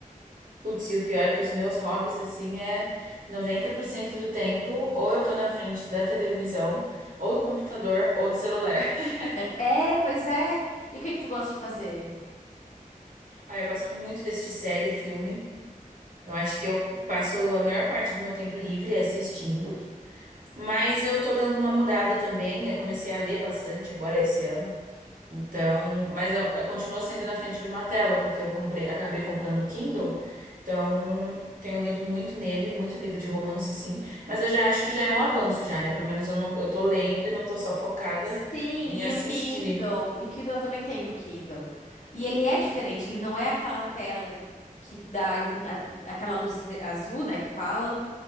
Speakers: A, on the right (about 75°); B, on the left (about 60°).
A: Putz, e o pior é que os meus hobbies, assim, é 90% do tempo, ou eu tô na frente da televisão, ou do computador, ou do celular. <laughs>
B: É, pois é. E o que que tu gosta de fazer?
A: Aí eu gosto muito de assistir série e filme. Eu acho que eu passo a maior parte do meu tempo livre assistindo. Mas eu tô dando uma mudada também. Eu comecei a ler bastante agora esse ano. Então, mas eu- eu- continua sendo na frente de uma tela, porque eu comprei, acabei comprando o Kindle, então tenho lido muito nele, muito livro de romance, sim, mas eu já acho que já é um avanço já, né? Pelo menos eu não, eu tô lendo e não tô só focada
B: Sim,
A: <laughs> em assistir.
B: e o Kindle. E o Kindle eu também tem o Kindle. E ele é diferente, ele não é aquela tela que dá ilu- a- aquela luz ve- azul, né, que falam.